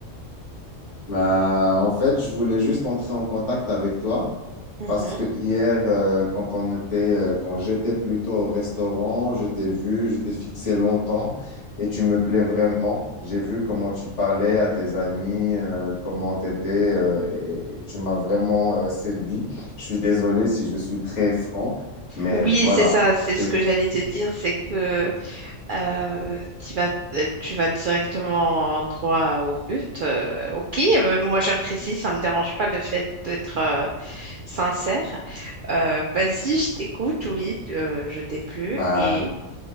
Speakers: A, on the left; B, on the right.
A: Bah, en fait, je voulais juste entrer en contact avec toi
B: Mhm.
A: Parce que hier, euh, quand on était, euh, quand j'étais plutôt au restaurant, je t'ai vu, je t'ai fixé longtemps et tu me plais vraiment. J'ai vu comment tu parlais à tes amis, euh, comment t'étais, euh, et, et tu m'as vraiment, euh, séduit. Je suis désolé si je suis très franc, mais
B: Oui,
A: voilà.
B: c'est ça, c'est ce
A: C'est-
B: que j'allais te dire, c'est que euh, tu vas, euh, tu vas directement droit au but. euh, ok, euh, moi j'apprécie, ça me dérange pas le fait d'être euh, sincère. Euh, vas-y, je t'écoute, oui, euh, je t'ai plu
A: Bah,
B: et...